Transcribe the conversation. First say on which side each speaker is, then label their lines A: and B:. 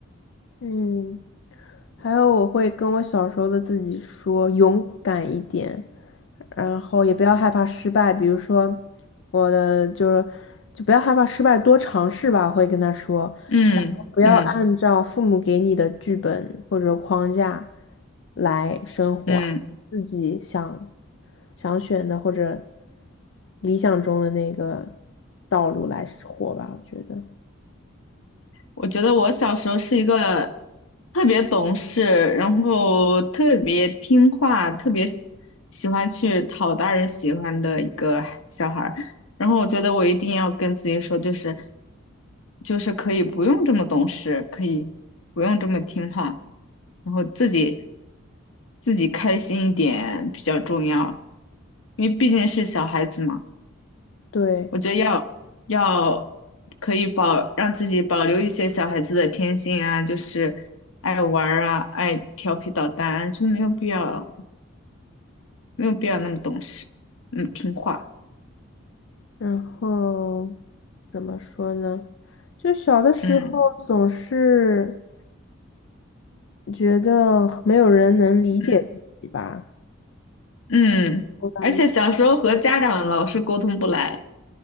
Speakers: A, on the left; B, on the left.
A: 嗯。还有我会跟我小时候的自己说勇敢一点，然后也不要害怕失败。比如说，我的就是就不要害怕失败，多尝试吧，我会跟他说。
B: 嗯嗯
A: 然后不要按照父母给你的剧本或者框架来生活，
B: 嗯。
A: 自己想想选的或者理想中的那个道路来活吧，我觉得
B: 我觉得我小时候是一个特别懂事，然后特别听话，特别喜喜欢去讨大人喜欢的一个小孩儿。然后我觉得我一定要跟自己说，就是就是可以不用这么懂事，可以不用这么听话，然后自己自己开心一点比较重要，因为毕竟是小孩子嘛。
A: 对。
B: 我觉得要要可以保让自己保留一些小孩子的天性啊，就是爱玩儿啊，爱调皮捣蛋啊就没有必要没有必要那么懂事，嗯，听话，
A: 然后。怎么说呢？就小的时候总是
B: 嗯
A: 觉得没有人能理解自己吧。
B: 嗯，嗯。
A: 我感觉
B: 而且小时候和家长老是沟通不来，